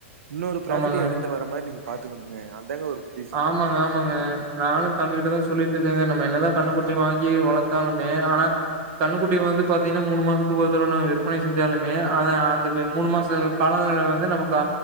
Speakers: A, on the right; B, on the right.
A: இன்னொரு ப்ராபிட்ட
B: ஆமாங்க.
A: எடையில வர்ற மாரி நீங்க பாத்துக்கணுங்க அதாங்க ஒரு புத்
B: ஆமாங்க ஆமாங்க ஆ நானு தம்பி கிட்டதா சொல்லிட்டு இருக்கேங்க நம்ம என்னதா கன்னுகுட்டி வாங்கி வளத்தாலுமே ஆனா கன்னுக்குட்டி வந்து பாத்தீங்கன்னா மூணு மாசத்துக்கு ஒரு தவண விற்பனை செஞ்சாலுமே அந்த அந்த மூணு மாச காலநில வந்து நமக்கு